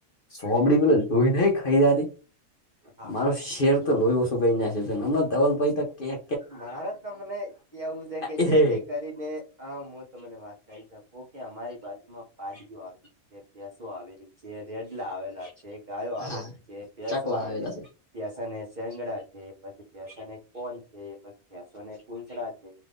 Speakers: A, on the left (about 50°); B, on the right (about 45°).
A: સોંભડી પેલો લોહી નઈ ખઈ જાતી.
B: હા
A: મારું
B: હા
A: શેર તો લોહી ઓછુ ગઈ ના હમણાં ધવલ ભાઈ કે
B: મારે તમને કેવું છે કે
A: એ
B: જેથી કરીને હા હું તમને વાત કરી શકું કે અમારી બાજુમાં પાડીઓ આવેલી છે ભેશો આવેલી. છે, રેડલા આવેલા છે, ગાયો આવેલી
A: હા
B: છે, પેસો
A: ચકલા
B: આવેલી
A: આવેલા
B: છે, ભેશાને સેંગળા છે પછી ભસો ને કોન છે પછીસો ને કૂસડા છે